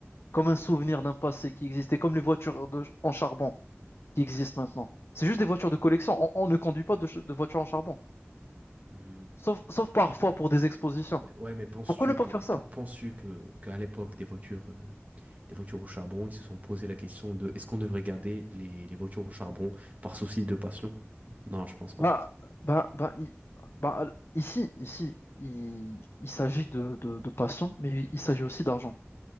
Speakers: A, on the left; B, on the right.
A: comme un souvenir d'un passé qui existait, comme les voitures de- en charbon qui existent maintenant. C'est juste des voitures de collection. On, on ne conduit pas de, ch- de voitures en charbon,
B: Mhm.
A: sauf, sauf parfois pour des expositions.
B: Ouais, ouais, mais penses-tu
A: Pourquoi ne pas
B: pen-
A: faire ça?
B: pen- penses-tu que qu'à l'époque des voitures euh, des voitures au charbon, ils se sont posé la question de est-ce qu'on devrait garder les, les voitures au charbon par souci de passion? Non, je pense pas.
A: Bah, bah, bah, i- bah, al- ici, ici, il, il s'agit de, de, de passion, mais il s'agit aussi d'argent.